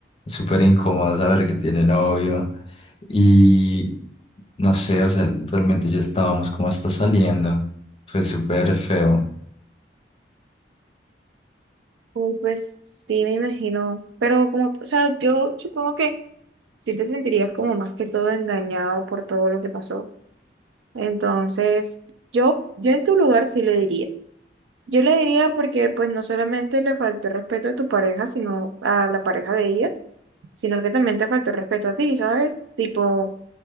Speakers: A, on the left (about 30°); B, on the right (about 85°).
A: súper incómodo saber que tiene novio y no sé, o sea, realmente ya estábamos como hasta saliendo, fue súper feo.
B: Uy, pues sí, me imagino. Pero como, o sea, yo supongo que sí te sentirías como más que todo engañado por todo lo que pasó. Entonces, yo, yo en tu lugar sí le diría. Yo le diría porque pues no solamente le faltó el respeto a tu pareja, sino a la pareja de ella, sino que también te faltó el respeto a ti, ¿sabes? Tipo,